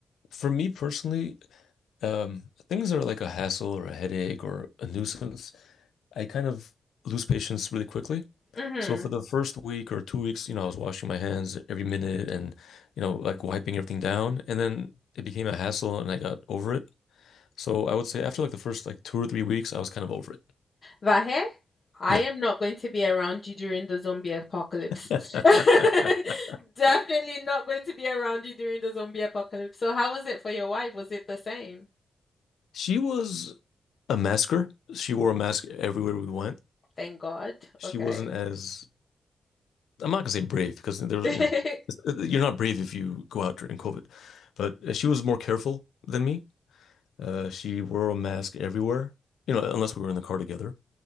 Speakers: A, on the left; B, on the left.
A: for me personally, Um, things are like a hassle or a headache or a nuisance. I kind of lose patience really quickly.
B: Mm-hmm.
A: So for the first week or two weeks, you know, I was washing my hands every minute and, you know, like wiping everything down. And then it became a hassle and I got over it. So I would say after like the first like two or three weeks, I was kind of over it.
B: Vahe, I
A: Yeah.
B: am not going to be around you during the zombie apocalypse.
A: <laughs>
B: <laughs> Definitely not going to be around you during the zombie apocalypse. So how was it for your wife? Was it the same?
A: She was a masker. She wore a mask everywhere we went.
B: Thank God.
A: She
B: Okay.
A: wasn't as I'm not gonna say brave because there was,
B: <laughs>
A: you know, you're not brave if you go out during COVID, but uh, she was more careful than me. Uh, she wore a mask everywhere, you know, unless we were in the car together.